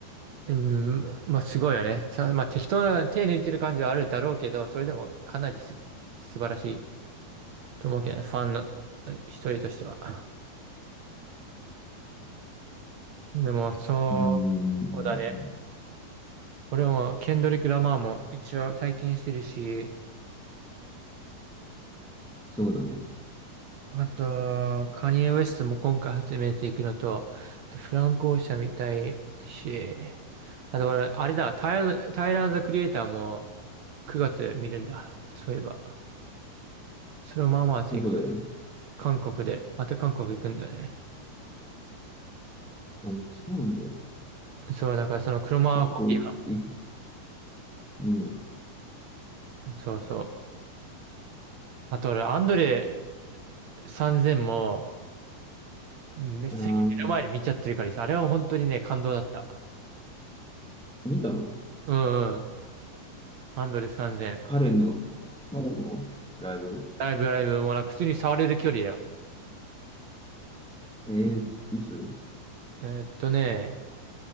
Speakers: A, on the right; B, in the centre.
A: うん、まあすごいよね。さ、まあ適当な手抜いてる感じはあるだろうけど、それでもかなりす、素晴らしいと思うけどね、ファンの一人としては。でも、そう、
B: ーん、
A: そうだね。俺はもう、ケンドリック・ラマーも一応体験してるし、
B: そうだね。
A: あと、カニエ・ウェストも今回始めていくのと、あとフランク・オーシャン見たいし、あと俺、あれだ、タイラ、タイラー・ザ・クリエイターも9月見るんだ。そういえば。それもまあまあ熱い
B: どこであ、
A: 韓国で、また韓国行くんだよね。
B: そうなんだ。
A: そう、だからその車コピーは、
B: 結構い、い、も
A: そうそう。あと俺、アンドレ3000も、めっちゃ目の前で見ちゃってるからさ、
B: う、あー、
A: あれは本当にね、感動だった。
B: 見たの
A: うんうん。アンドレ3000。
B: 彼の、彼のライブ
A: ライブライブもなんか普通に触れる距離だよ。
B: えー、いつ
A: えーっとね、